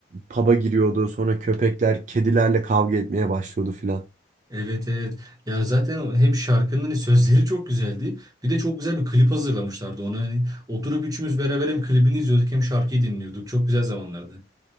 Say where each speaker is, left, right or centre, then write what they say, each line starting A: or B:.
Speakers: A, on the right; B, on the right.
A: pub'a giriyordu. Sonra köpekler kedilerle kavga etmeye başlıyordu filan.
B: Evet evet. Ya zaten hem şarkının hani sözleri çok güzeldi. Bir de çok güzel bir klip hazırlamışlardı ona. Hani oturup üçümüz beraber hem klibini izliyorduk hem şarkıyı dinliyorduk. Çok güzel zamanlardı. <laughs>